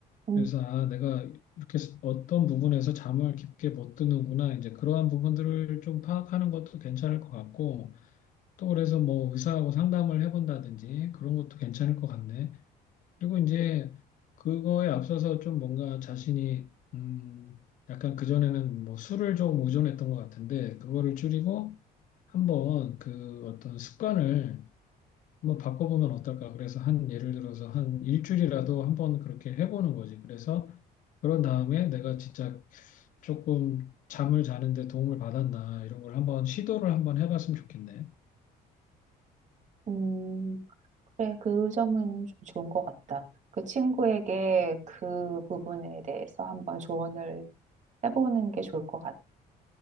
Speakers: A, on the right; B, on the left.
A: 음,
B: 그래서 아, 내가 이렇게 스- 어떤 부분에서 잠을 깊게 못 드는구나. 이제 그러한 부분들을 좀 파악하는 것도 괜찮을 것 같고. 또 그래서 뭐 의사하고 상담을 해본다든지 그런 것도 괜찮을 것 같네. 그리고 이제 그거에 앞서서 좀 뭔가 자신이 음 약간 그전에는 뭐 술을 좀 의존했던 것 같은데 그거를 줄이고 한번 그 어떤 습관을 한번 바꿔보면 어떨까. 그래서 한 예를 들어서 한 일주일이라도 한번 그렇게 해보는 거지. 그래서 그런 다음에 내가 진짜 조금 잠을 자는데 도움을 받았나 이런 걸 한번 시도를 한번 해봤으면 좋겠네.
A: 음, 그래 그 점은 좀 좋은 것 같다. 그 친구에게 그 부분에 대해서 한번 조언을 해보는 게 좋을 것 같아.